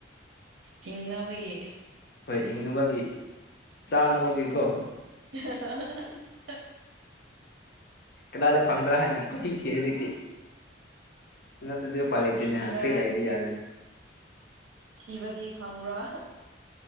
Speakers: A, on the right; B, on the left.
A: ꯍꯤꯡꯅꯕꯒꯤ
B: ꯍꯣꯏ ꯍꯤꯡꯅꯕꯒꯤ ꯆꯥꯅꯕꯒꯤꯀꯣ
A: <inaudible>
B: ꯀꯗꯥꯏꯗ ꯐꯪꯕ꯭ꯔꯥ ꯍꯥꯏꯅ ꯀꯣꯊꯤ ꯊꯤꯔꯦ ꯍꯧꯖꯤꯛꯇꯤ ꯅꯠꯇ꯭ꯔꯗꯤ ꯎꯄꯥꯏ ꯂꯩꯇꯦꯅꯦ
A: ꯊꯤꯕ
B: ꯐ꯭ꯔꯤ ꯂꯩꯔꯗꯤ ꯌꯥꯔꯦꯅꯦ
A: ꯊꯤꯕꯗꯤ ꯐꯪꯕ꯭ꯔꯥ